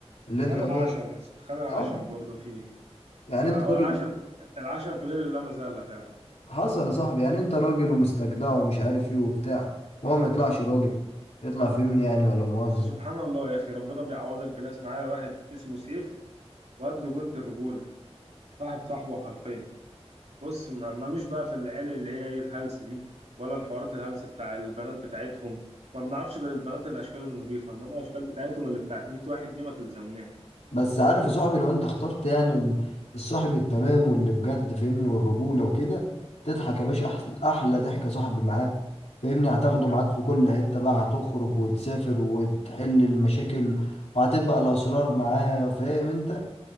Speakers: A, on the left; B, on the right.
A: اللي انت
B: خان
A: هو
B: العشم يا اسطى خان العشم
A: اه
B: برضه فيه
A: يعني
B: لا
A: انت
B: هو
A: راجل
B: العشم العشم في غير اللامة زالة فعلا
A: حصل يا صاحبي يعني انت راجل ومستجدع ومش عارف ايه وبتاع وهو ما يطلعش راجل يطلع فهمني يعني ولا مؤاخذة
B: بس سبحان الله يا اخي ربنا بيعوضك بناس معايا واحد اسمه سيف واد رجولة الرجولة صاحب صاحبه حرفيا بص ما- مالوش بقى في العيال اللي هي ايه الهلس دي ولا الحوارات الهلس بتاع البنات بتاعتهم ما بنعرفش غير البنات الاشكال النظيفه انما الاشكال بتاعتهم اللي بتاعت 100 واحد دي ما تلزمناش
A: بس عارف يا صاحبي لو انت اخترت يعني الصاحب التمام واللي بجد فهمني والرجولة وكده تضحك يا باشا احلى, أحلى ضحك يا صاحبي معاه فهمني هتاخده معاك
B: آه،
A: في كل حتة بقى هتخرج وتسافر وتحل المشاكل وهتبقى الأسرار معاه فاهم انت